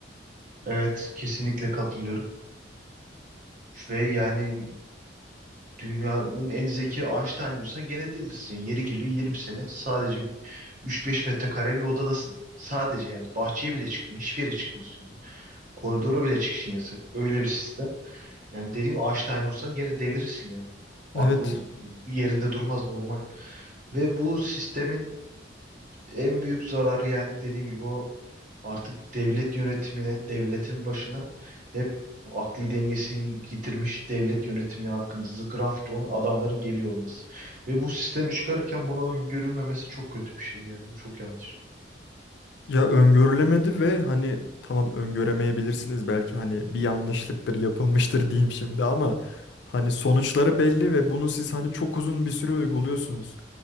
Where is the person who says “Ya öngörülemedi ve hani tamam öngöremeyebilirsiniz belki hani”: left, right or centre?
Left